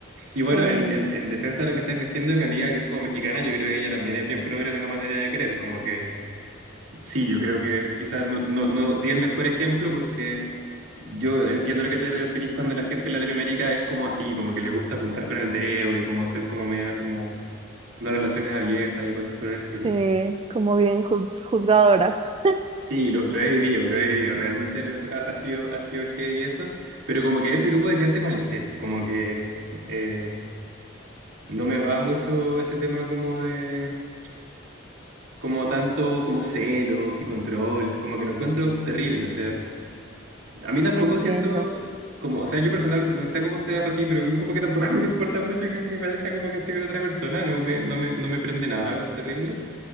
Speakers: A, on the right; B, on the right.
A: Y bueno,
B: Sí.
A: en, en, en defensa de lo que estáis diciendo, mi amiga que es como mexicana, yo creo que ella también es bien progre en la materia de querer, como que sí, yo creo que quizás no, no, no di el mejor ejemplo porque... Yo entiendo a lo que te referís cuando la gente en Latinoamérica es como así, como que le gusta apuntar con el dedo y como ser como media como no relaciones abiertas y cosas por el estilo.
B: Sí, como bien juz- juzgadora.
A: Sí, lo, lo he vivido, lo he vivido, realmente lo ha, ha sido, ha sido heavy eso, pero como que de ese grupo de gente me alejé, como que eh, no me va mucho ese tema como de, como tanto como celos y control, como que lo encuentro terrible, o sea, a mí tampoco
B: Entiendo.
A: siento como, o sea, yo personal, no sé cómo sea para ti, pero como que tampoco <laughs> me importa mucho que mi pareja como que esté con otra persona, no me, no me, no me prende nada terrible,